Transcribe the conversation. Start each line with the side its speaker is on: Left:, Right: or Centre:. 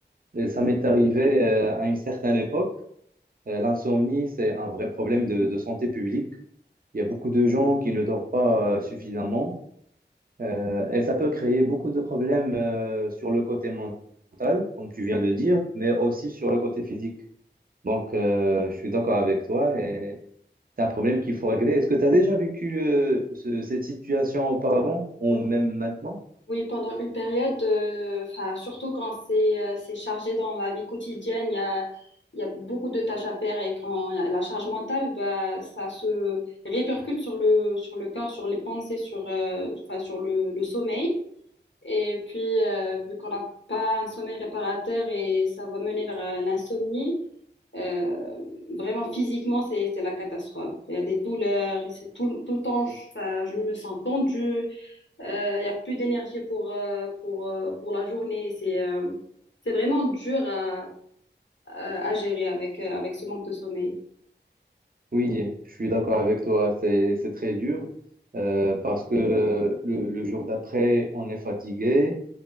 Right: ça m'est arrivé euh, à une certaine époque. Euh, l'insomnie, c'est un vrai problème de, de santé publique. Il y a beaucoup de gens qui ne dorment pas euh, suffisamment euh, et ça peut créer beaucoup de problèmes euh, sur le côté mental, comme tu viens de dire, mais aussi sur le côté physique. Donc, euh, je suis d'accord avec toi et c'est un problème qu'il faut régler. Est-ce que tu as déjà vécu euh, ce- cette situation auparavant ou
Left: Oui,
Right: même maintenant?
Left: oui, pendant une période, euh, enfin, surtout quand c'est euh, c'est chargé dans la vie quotidienne, il y a, il y a beaucoup de tâches à faire et quand il y a la charge mentale, bah, ça se répercute sur le, sur le corps, sur les pensées, sur, euh, enfin, sur le le sommeil. Et puis, euh, vu qu'on n'a pas un sommeil réparateur et ça va mener vers euh, l'insomnie, euh, vraiment physiquement, c'est, c'est la catastrophe. Il y a des douleurs, et c'est tout, tout le temps, ça- je me sens tendue, euh, il y a plus d'énergie pour, euh, pour, euh, pour la journée. C'est euh, c'est vraiment dur à, à, à gérer avec, euh, avec ce manque de sommeil.
Right: Oui, je suis d'accord avec toi, c'est c'est très dur euh, parce que euh, le, le jour d'après, on est fatigué,